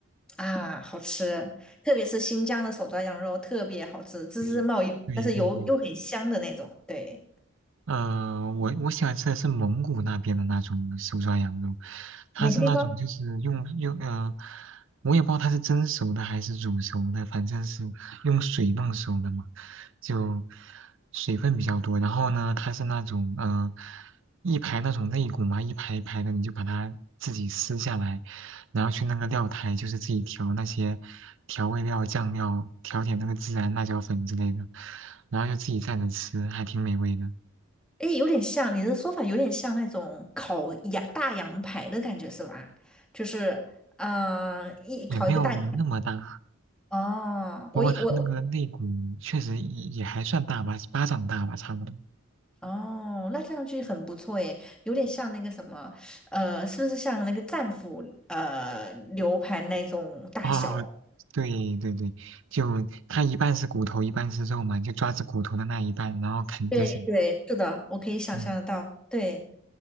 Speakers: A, in the centre; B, on the right.
A: 啊，好吃，特别是新疆的手抓羊肉特别好吃，滋滋冒油，
B: 对，对对对，
A: 但是油又很香的那种，对。
B: 呃，我我喜欢吃的是蒙古那边的那种手抓羊肉，它是那种就是用用呃，
A: 哪个地方？
B: 我也不知道它是蒸熟的还是煮熟的，反正是用水弄熟的嘛，就水分比较多。然后呢，它是那种呃，一排那种肋骨嘛，一排一排的，你就把它自己撕下来，然后去那个料台，就是自己调那些调味料、酱料，调点那个孜然、辣椒粉之类的，然后就自己蘸着吃，还挺美味的。
A: 诶，有点像，你的说法有点像那种烤羊大羊排的感觉是吧？就是，嗯，一烤一个大羊。
B: 也没有那么大，
A: 哦，
B: 不过它那个肋骨确实也也还算大吧，
A: 我以我我
B: 巴掌大吧，差不多。
A: 哦，那这样剧很不错耶，有点像那个什么，呃，是不是像那个战斧呃牛排那种大小？
B: 哦 <laughs>，对对对，就它一半是骨头，一半是肉嘛，就抓着骨头的那一半，然后啃就行。
A: 对对，是的，我可以想象得到。
B: 嗯，
A: 对。